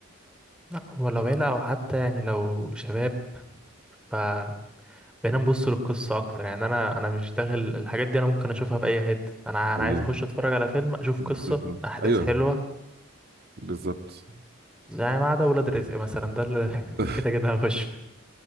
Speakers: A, in the centre; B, on the right.
A: لا هو لو عيلة او حتى يعني لو شباب ف بقينا نبص للقصة أكتر يعني أنا أنا مش داخل الحاجات دي أنا ممكن أشوفها في أي حتة أنا
B: تمام
A: أنا عايز أخش أتفرج على فيلم أشوف
B: بالظبط
A: قصة أحداث
B: ايوه
A: حلوة
B: بالظبط
A: يعني ما عدا ولاد رزق مثلا ده اللي <laughs>
B: <laughs>
A: اللي كده كده هخش